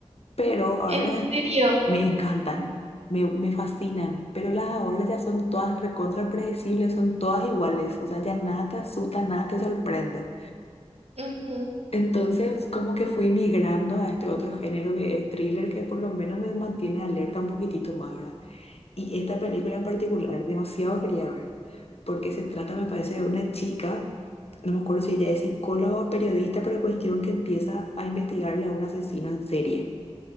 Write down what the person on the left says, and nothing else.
pero ahora
las- e,
me encantan, me, me fascinan, pero las de ahora ya son todas recontra predecibles, son todas iguales, o sea, ya nada te asusta, nada te sorprende.
Entonces, como que fui migrando a este otro género que es thriller, que por lo menos me mantiene alerta un poquitito más ahora. Y esta película en particular, demasiado quería ver, porque se trata, me parece, de una chica, no me acuerdo si ella es psicóloga o periodista, pero cuestión que empieza a investigarle a un asesino en serie.